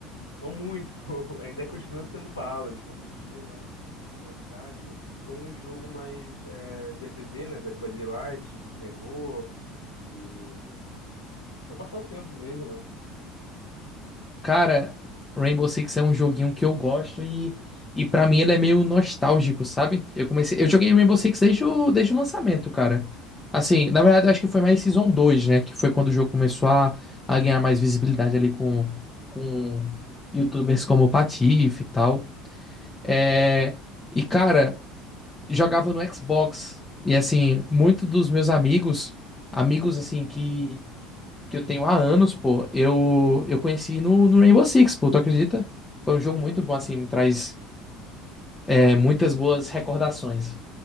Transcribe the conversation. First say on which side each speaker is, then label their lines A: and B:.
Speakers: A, on the left (about 80°); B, on the left (about 20°).
A: não muito. <laughs> Ainda é, continua sendo bala, jogo de tiro, mas um pouco mais de tática. Ou um jogo mais é, D, B D, né? Dead by Daylight, de terror, de... Pra passar o tempo mesmo, né?
B: Cara, Rainbow Six é um joguinho que eu gosto e, e para mim ele é meio nostálgico, sabe? Eu comecei, eu joguei
A: Hum,
B: Rainbow Six desde o, desde o lançamento, cara. Assim, na verdade, eu acho que foi mais Season dois né? Que foi quando o jogo começou a, a ganhar mais visibilidade ali com, com YouTubers como o Patife e tal. É, e, cara, jogava no Xbox. E, assim, muitos dos meus amigos, amigos, assim, que que eu tenho há anos, pô, eu, eu conheci no, no Rainbow Six, pô, tu acredita? Foi um jogo
A: Não.
B: muito bom, assim, me traz é, muitas boas recordações.